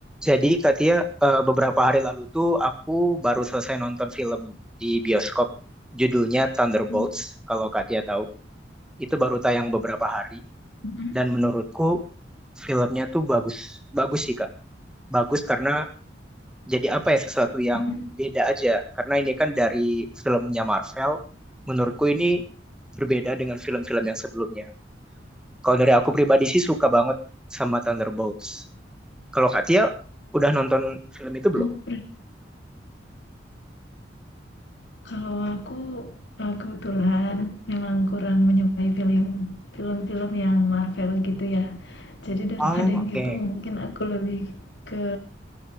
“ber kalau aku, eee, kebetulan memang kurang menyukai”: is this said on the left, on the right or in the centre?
Left